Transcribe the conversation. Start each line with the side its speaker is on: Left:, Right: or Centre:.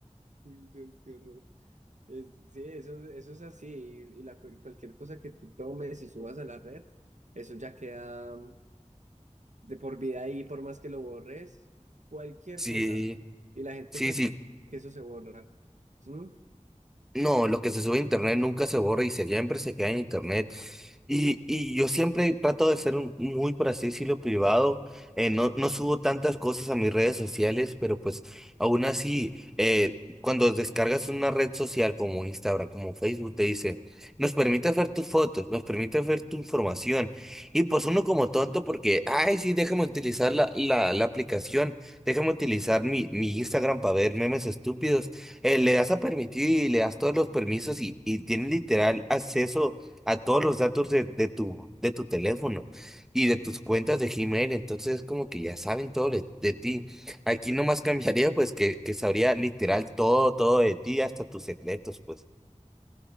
Right: Dios, qué horror. Es- sí, eso, eso es así. Y, y la, cu- cualquier cosa que tú tomes y subas a la red, eso ya queda mm, de por vida ahí, por más que lo borres, cualquier
Centre: Sí,
Right: cosa. Y la gente
Centre: sí,
Right: cree
Centre: sí.
Right: que eso se borra. ¿Mm?
Centre: No, lo que se sube a internet nunca se borra y se- siempre se queda en internet. Y, y yo siempre trato de ser un- muy, por así decirlo, privado. Eh, no, no subo tantas cosas a mis redes sociales, pero pues aún así, eh, cuando descargas una red social como Instagram, como Facebook, te dice, nos permite ver tus fotos, nos permite ver tu información. Y pues uno como tonto porque, ay, sí, déjame utilizar la, la, la aplicación, déjame utilizar mi, mi Instagram para ver memes estúpidos eh, le das a permitir y le das todos los permisos y, y tienes literal acceso a todos los datos de, de tu, de tu teléfono y de tus cuentas de Gmail. Entonces, como que ya saben todo de, de ti. Aquí nomás cambiaría, pues, que, que sabría literal todo, todo de ti, hasta tus secretos, pues.